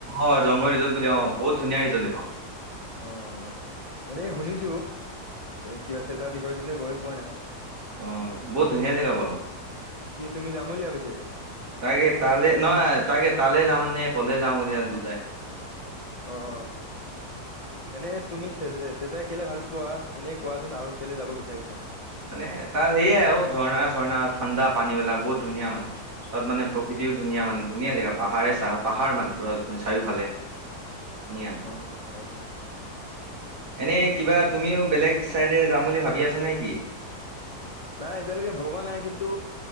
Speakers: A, on the right; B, on the left.
A: অ জংঘল ৰিজৰ্ট বুলি অ বহুত ধুনীয়া ৰিজৰ্ট এইখন
B: অ এনেই শুনিছো কিবা চেচাৰ বিষয়ে কিন্তু গৈ পোৱা নাই।
A: অহ বহুত ধুনীয়া জেগা বাৰু।
B: কি তুমি যাম বুলি ভাবিছা এইবাৰ
A: তাকে তালে নহয় তাকে তালৈ যাম নে কলে যাম বুলি আছ। দু দাই।
B: আহ এনে তুমি চ চেচাই কেলে ভাল পোৱা এনেই কোৱাচোন আৰু কেলে যাব বিচাৰিছ
A: মানে তাত সেয়াই আৰু ঝৰ্ণা, ঝৰ্ণা। ঠাণ্ডা পানী বিলাক বহুত ধুনীয়া মানে, তাত মানে প্ৰকৃতিও ধুনীয়া মানে ধুনীয়া জেগা পাহাৰে চাহ পাহাৰ মানে পুৰা ধ চাৰিওফালে। ধুনীয়া
B: উম উ।
A: এনেই কিবা তুমিও বেলেগ চাইডে যাম বুলি ভাবি আছা নে কি?
B: নাই এতিয়ালৈকে ভবা নাই কিন্তু।